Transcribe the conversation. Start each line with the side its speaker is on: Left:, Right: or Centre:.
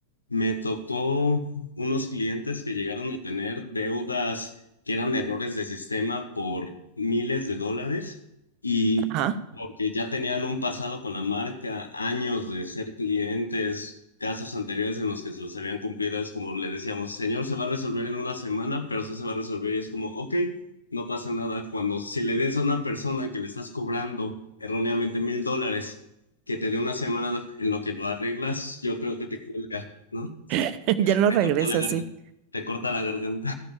Left: Me tocó unos clientes que llegaron a tener deudas que eran errores de sistema por miles de dólares y
Right: ajá.
Left: porque ya tenían un pasado con la marca, años de ser clientes, casos anteriores en los que se los habían cumplido, es como le decíamos, señor, se va a resolver en una semana, pero sí se va a resolver y es como, ok, no pasa nada. Cuando si le des a una persona que le estás cobrando erróneamente mil dólares, que te dé una semana en lo que lo arreglas, yo creo que te cuelga. ¿no?
Right: <laughs> Ya no
Left: Te
Right: regresa,
Left: corta la garganta.
Right: así.
Left: Te corta la garganta.